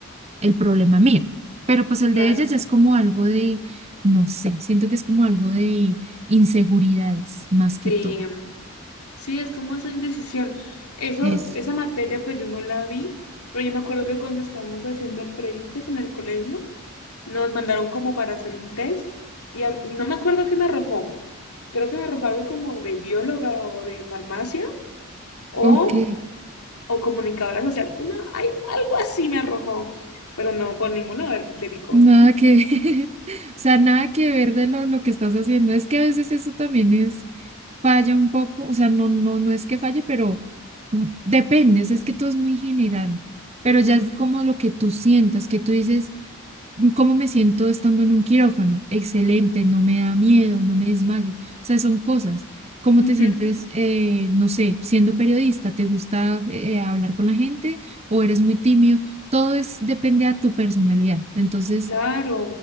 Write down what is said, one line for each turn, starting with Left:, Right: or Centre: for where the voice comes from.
Right: el problema mío. Pero pues el
Left: claro,
Right: de ella ya es como algo de, no sé, siento que es como algo de inseguridades más que
Left: sí,
Right: todo.
Left: Sí, es como esa indecisión. Eso,
Right: Eso.
Left: esa materia, pues yo no la vi, pero yo me acuerdo que cuando estábamos haciendo el pre en el colegio, nos mandaron como para hacer un test y a- no me acuerdo qué me arrojó. Creo que me arrojó algo como de bióloga o de farmacia o,
Right: Ok,
Left: o comunicadora social. Una, ay, algo así me arrojó, pero no, por ningún lado le le picó.
Right: nada que, <laughs> o sea, nada que ver de lo, lo que estás haciendo. Es que a veces eso también es, falla un poco, o sea, no, no, no es que falle, pero mm, depende, o sea, es que todo es muy general, pero
Left: Mm,
Right: ya es como lo que tú sientas, que tú dices, ¿Cómo me siento estando en un quirófano? Excelente, no me da miedo, no me desmayo. O sea, son cosas. ¿Cómo
Left: ujú,
Right: te sientes, eh, no sé, siendo periodista? ¿Te gusta eh, hablar con la gente o eres muy tímido? Todo es, depende a tu personalidad. Entonces,
Left: Claro,